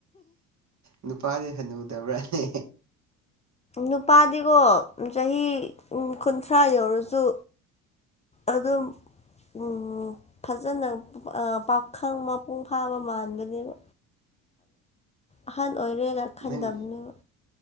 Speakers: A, on the right; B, on the left.
A: ꯅꯨꯄꯥꯁꯦ ꯍꯅꯨꯗꯕ꯭ꯔꯥꯅꯦ
B: ꯅꯨꯄꯥꯗꯤꯀꯣ ꯆꯍꯤ ꯀꯨꯟꯊ꯭ꯔꯥ ꯌꯧꯔꯁꯨ ꯑꯗꯨꯝ ꯎꯝ ꯐꯖꯅ ꯄꯥꯈꯪ ꯃꯄꯨꯡ ꯐꯥꯕ ꯃꯥꯟꯕꯅꯦꯕ ꯑꯍꯟ ꯑꯣꯏꯔꯦꯅ ꯈꯟꯗꯝꯕꯅꯦꯕ
A: ꯅꯪ